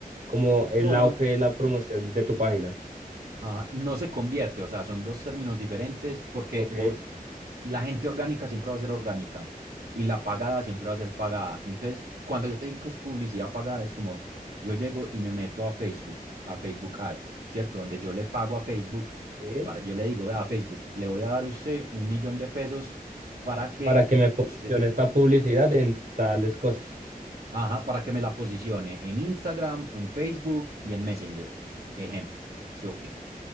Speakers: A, on the right; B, on the right.
A: como el
B: No, no,
A: auge de la promoción de tu página.
B: ah, no se convierte, o sea, son dos términos diferentes porque
A: Ok,
B: vos, la gente orgánica siempre va a ser orgánica y la pagada siempre va a ser pagada. Entonces, cuando yo te digo que es publicidad pagada, es como yo llego y me meto a Facebook, a Facebook Ads, ¿cierto? Donde yo le pago a Facebook,
A: sí,
B: para, yo le digo, vea, Facebook, le voy a dar a usted un millón de pesos para que
A: Para que me posicione
B: usted,
A: esta publicidad en tales cosas.
B: ajá, para que me la posicione en Instagram, en Facebook y en Messenger. Ejemplo, ¿sí o qué?